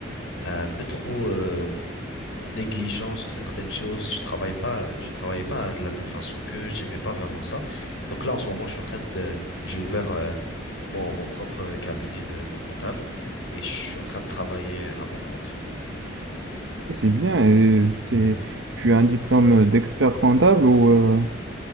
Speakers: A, on the left (about 70°); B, on the right (about 65°).
A: un peu trop. euh, négligent sur certaines choses. Je travaille pas, je travaillais pas de la même façon que j'aimais pas vraiment ça. Donc là, en ce moment, je suis en train de, j'ai ouvert euh, mon, mon propre cabinet de, de comptable et je suis en train de travailler à mon compte.
B: C'est bien. Et c'est, tu as un diplôme d'expert comptable ou euh,